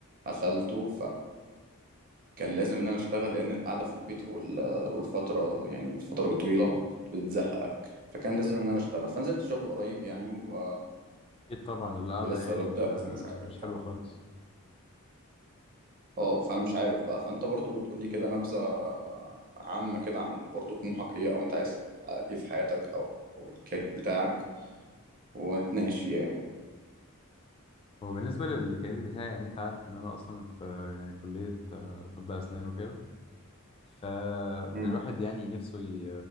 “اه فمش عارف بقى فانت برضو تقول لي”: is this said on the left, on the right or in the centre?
Right